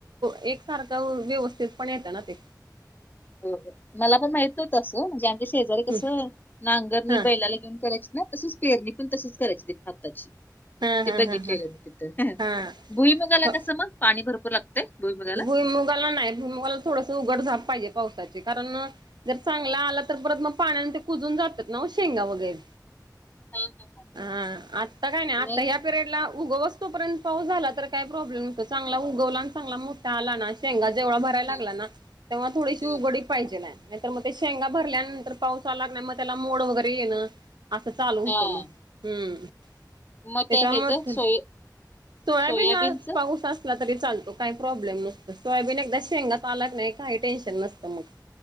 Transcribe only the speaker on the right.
एक सारखं व्यवस्थित पण येतं ना ते.
ह
हा
हा हा
हा
हा
हा
भुईमुगाला नाही, भुईमुगाला थोडस उघडझाप पाहिजे पावसा कारण जर चांगला आला तर परत मग पाण्यान ते कुजून जातात ना शेंगा वगैरे
हा आता काय नाही आ
पिरियडला उगवसतो पर्यंत पाऊस झाला तर काय प्रॉब्लेम नसतो चांगला उगवला आणि चांगला मोठा आला ना शेंगा जेवढ्या भरायला
लागला ना तेव्हा थोडीशीड
उघडीक पाहिजेल हाय, नाहीतर मग ते शेंगा भरल्यानंतर पाऊस आला की नाही मग त्याला मोड वगैरे येण असं चालू होतं
मग हम्म.
त्याच्यामध्ये
सोयाबीन
ला पाऊस अस ला तरी चालतो काही प्रॉब्लेम नसतो सोयबीन एकदा शेंगातेन आला की ना काही टेन्शन नसतं मग.